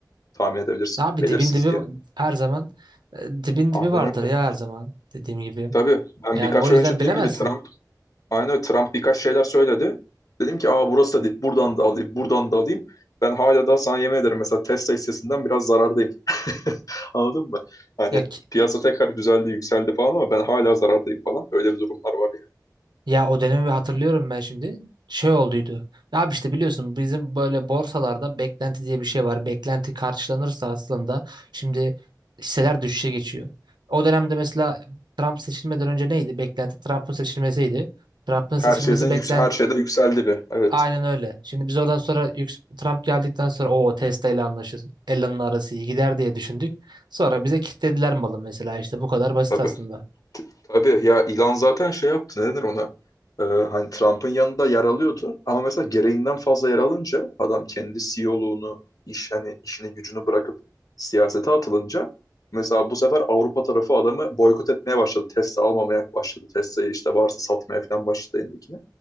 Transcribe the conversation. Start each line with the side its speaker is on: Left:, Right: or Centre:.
Left: tahmin edebilirsin?
Right: Abi
Left: Belirsiz
Right: dibin dibi
Left: diye.
Right: her zaman e, dibin
Left: Aynen
Right: dibi vardır
Left: öyle.
Right: ya her zaman dediğim gibi.
Left: Tabii ben
Right: Yani
Left: birkaç
Right: o yüzden
Left: ay önce dediğim
Right: bilemezsin.
Left: gibi Aynen öyle. Trump birkaç şeyler söyledi. Dedim ki aa burası da dip buradan da alayım buradan da alayım. Ben hala daha sana yemin ederim mesela Tesla hissesinden biraz zarardayım. <laughs> Anladın mı? Hani
Right: Ya ki-
Left: piyasa tekrar düzeldi yükseldi falan ama ben hala zarardayım falan. Öyle bir durumlar var yani.
Right: Ya o dönemi hatırlıyorum ben şimdi. Şey olduydu. Ya abi işte biliyorsun bizim böyle borsalarda beklenti diye bir şey var. Beklenti karşılanırsa aslında şimdi hisseler düşüşe geçiyor. O dönemde mesela Trump seçilmeden önce neydi? Beklenti Trump'ın seçilmesiydi. Trump'ın seçilmesi
Left: Her şeyin
Right: beklent
Left: yüksel her şeyde yükseldi bir. Evet
Right: aynen öyle. Şimdi biz oradan sonra yüks- Trump geldikten sonra o Tesla ile anlaşır. Elon'la arası iyi gider diye düşündük. Sonra bize kilitlediler malı mesela işte bu kadar basit
Left: tabii.
Right: aslında.
Left: Tabii ya ilan zaten şey yaptı ne denir ona Ee, hani Trump'ın yanında yer alıyordu ama mesela gereğinden fazla yer alınca adam kendi CEO'luğunu iş hani işini gücünü bırakıp siyasete atılınca mesela bu sefer Avrupa tarafı adamı boykot etmeye başladı Tesla almamaya başladı Tesla'yı işte varsa satmaya falan başladı elindekini